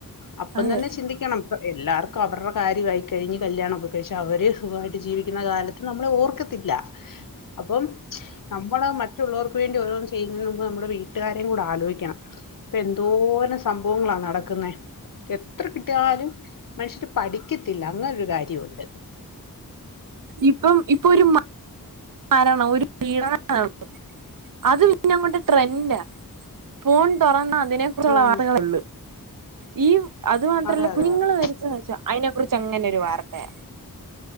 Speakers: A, on the left; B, on the right.
A: അപ്പം
B: ആഹ്
A: തന്നെ ചിന്തിക്കണം പ്പ എല്ലാർക്കും അവർടെ കാര്യവായി കഴിഞ്ഞ് കല്യാണവൊക്കെ കഴിച് അവര് സുഖായിട് ജീവിക്കുന്ന കാല നമ്മളെ ഓർക്കത്തില്ല അപ്പം നമ്മള് മറ്റുള്ളോർക് വേണ്ടി ഓരോന്ന് ചെയ്യുന്നതിന് മുമ്പ് നമ്മുടെ വീട്ടുകാരേംകൂടാലോചിക്കണം എന്തോരം സംഭവങ്ങളാ നടക്കുന്നേ എത്ര കിട്ടിയാലും മനുഷ്യര് പഠി ക്കത്തില്ല അങ്ങനൊരു കാര്യവൊണ്ട്
B: ഇപ്പം ഇപ്പൊ ഒരു മാ <unintelligible> അത് പിന്നങ്ങോട് ട്രെൻഡാ ഫോൺ തൊറന്നാ അങ്ങനേം കുറച്ചുള്ള
A: ഉം
B: ആളുകളുണ്ട് ഈ അത് മാത്രല്ല
A: അതെ അതെ
B: കുഞ്ഞുങ്ങള്
A: അതെ
B: മരിചെന്ന് വെച്ചാ അയ്നെ കുറിചങ്ങാനൊരു വാർത്തയ